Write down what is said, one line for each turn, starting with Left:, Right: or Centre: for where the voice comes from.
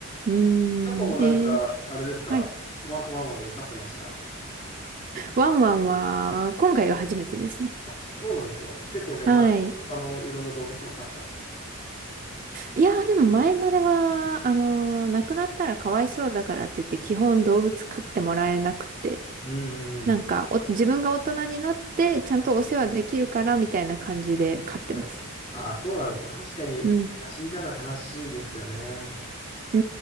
Right: うー
Left: 過去もなんか、
Right: ん。えー、
Left: あれですかワン、
Right: はい。
Left: ワンワンとか飼ってました
Right: ワンワンは、今回が初めてですね。
Left: あ、そうなんですか。結構じゃあ前、
Right: はい。
Left: 他のいろんな動物を飼ってたんですか
Right: いやーでも前までは、あのー亡くなったらかわいそうだからって言って、基本動物飼ってもらえなくて、
Left: うんうんうん。
Right: なんかお、自分が大人になってちゃんとお世話できるからみたいな感じで飼ってます。
Left: はい。ああ、そうなんですか。確かに、
Right: うん。
Left: あ死んじゃうのは悲しいですよね。
Right: う